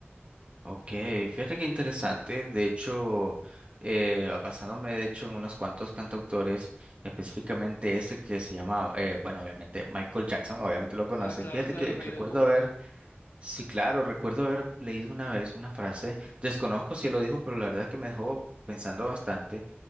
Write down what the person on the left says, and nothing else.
Ah, claro,
claro,
el rey
del pop.